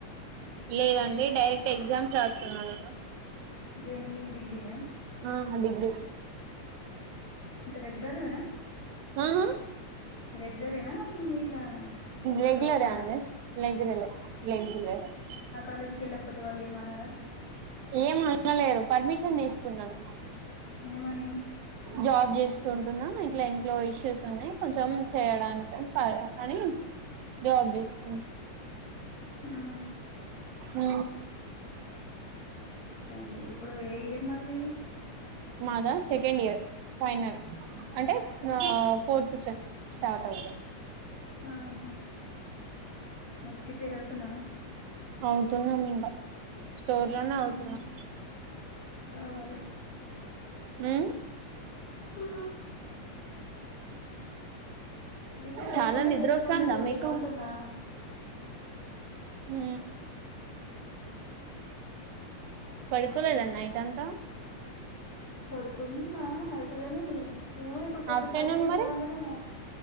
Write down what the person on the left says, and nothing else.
దేని డిగ్రీయా
హరెగ్యులర్ నా
రెగ్యులరేనా ఇీట్లా ఏమంటారు
ఓపెనా
కాలేజ్ వెళ్ళకపోతే వాళ్ళ ఏమి అనరా
ఏమని
ఆ
పర్లేదు ఇప్పుడు ఏ ఇయరు మరి మీది
ఆహా మరి ప్రిపేర్ అవుతునా
ఉమ్ కావాలి
ఆ ప్రిపేర్
అవ్వకుంటే
చేసుకోండి
డ్యూటీలో
అంటున్నా
పడుకున్నా నైటుగాని ఏమో ఎప్పుడూ
బయటికి వెళ్ళి
రాగానే